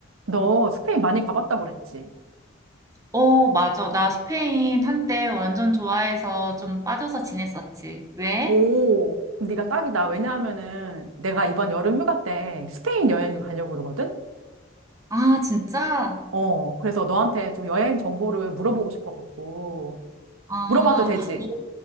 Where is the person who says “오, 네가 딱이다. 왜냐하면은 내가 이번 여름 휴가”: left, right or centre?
Right